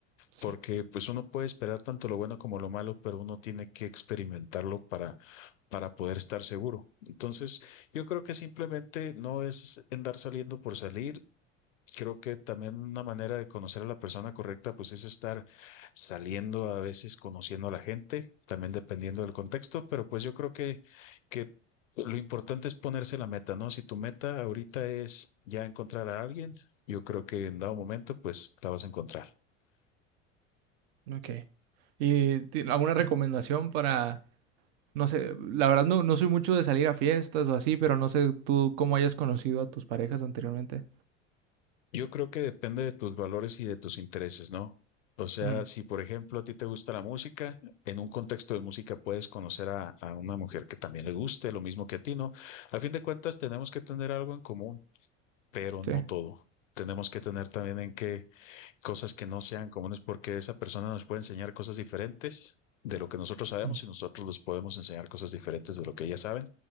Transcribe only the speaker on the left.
Porque
pues uno puede esperar tanto lo bueno como lo malo, pero uno tiene que experimentarlo para, para poder estar seguro. Entonces, yo creo que simplemente no es andar saliendo por salir, Creo que también una manera de conocer a la persona correcta, pues es estar saliendo a veces, conociendo a la gente, también dependiendo del contexto, pero pues yo creo que, que lo importante es ponerse la meta, ¿no? Si tu meta ahorita es ya encontrar a alguien, yo creo que en dado momento, pues la vas a encontrar.
Yo creo que depende de tus valores y de tus intereses, ¿no? O sea,
si por ejemplo a ti te gusta la música, en un contexto de música puedes conocer a, a una mujer que también le guste, lo mismo que a ti, ¿no? A fin de cuentas, tenemos que tener algo en común, pero no
todo. Tenemos que tener también en qué cosas que no sean comunes, porque esa persona nos puede enseñar cosas diferentes de lo que nosotros sabemos
y nosotros les podemos enseñar cosas diferentes de lo que ellas saben.